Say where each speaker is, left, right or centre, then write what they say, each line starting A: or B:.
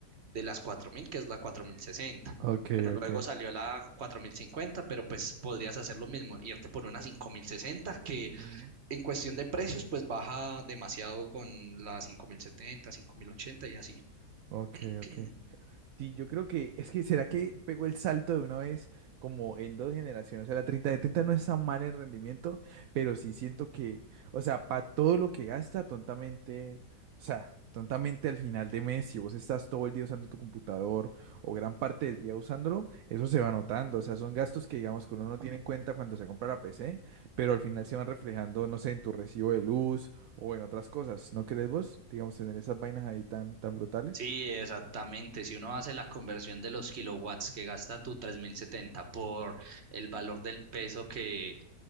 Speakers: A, on the right; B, on the right.
A: de las cuatro mil que es la cuatro mil sesenta
B: Ok,
A: Bueno, luego
B: ok.
A: salió la cuatro mil cincuenta pero pues podrías hacer lo mismo, irte por una cinco mil sesenta que
B: Ujú.
A: en cuestión de precios pues baja demasiado con la 5070, 5080 y así.
B: Ok,
A: <clears throat>
B: ok. Sí, yo creo que es que será que pegó el salto de una vez como en dos generaciones. O sea, la 30-70 no está mal en rendimiento, pero sí siento que, o sea, para todo lo que gasta, tontamente, o sea, tontamente al final de mes, si vos estás todo el día usando tu computador o gran parte del día usándolo, eso se va notando. O sea, son gastos que digamos que uno no tiene en cuenta cuando se compra la PC, pero al final se van reflejando, no sé, en tu recibo de luz o en otras cosas. ¿No crees vos, digamos, tener esas vainas ahí tan, tan brutales?
A: Sí, exactamente. Si uno hace la conversión de los kilowatts que gasta tu 3070 por el valor del peso que